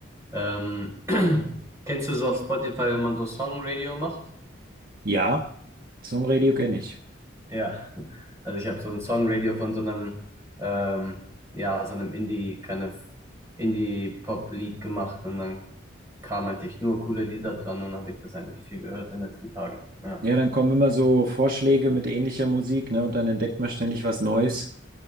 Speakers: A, on the right; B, on the right.
A: Ähm, <clears throat> kennst du so auf Spotify, wenn man so Songradio macht?
B: Ja, Songradio kenne ich.
A: Ja. Also ich habe so ein Songradio von so einem, ähm, ja, so einem Indie, kind of Indie-Pop-Lied gemacht und dann kamen eigentlich nur coole Lieder dran und habe ich das eigentlich viel gehört in den letzten Tagen. Ja.
B: Ja, dann kommen immer so Vorschläge mit ähnlicher Musik, ne? Und dann entdeckt man ständig was Neues.